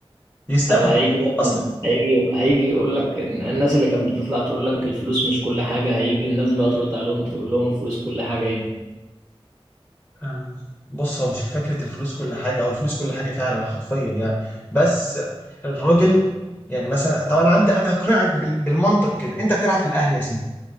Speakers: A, on the left; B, on the right.
A: يستاهلوا
B: طب هيجي مثلا
A: اصل
B: هيجي هيجي يقول لك إن- الناس اللي كانت بتطلع تقول لك الفلوس مش كل حاجة هيجي الناس بقى ترد عليهم تقول لهم الفلوس كل حاجة إيه
A: آه، بص هو مش فكرة الفلوس كل حاجة أو الفلوس كل حاجة فعلا حرفيا يعني بس الراجل يعني مثلا طب أنا عندي أنا هقنعك بال- بالمنطق كده أنت بتلعب في الأهلي يا سيدي